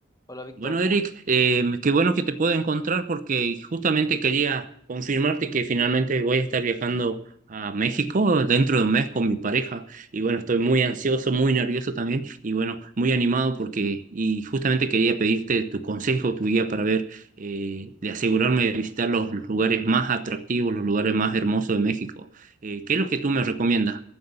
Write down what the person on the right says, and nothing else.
Bueno,
Eric,
eh, qué bueno que te puedo encontrar porque justamente quería confirmarte que finalmente voy a estar viajando a México dentro de un mes con mi pareja. Y bueno, estoy muy ansioso, muy nervioso también y bueno, muy animado porque, y justamente quería pedirte tu consejo, tu guía para ver, eh, de asegurarme de visitar los lugares más atractivos, los lugares más hermosos de México. Eh, ¿qué es lo que tú me recomiendas?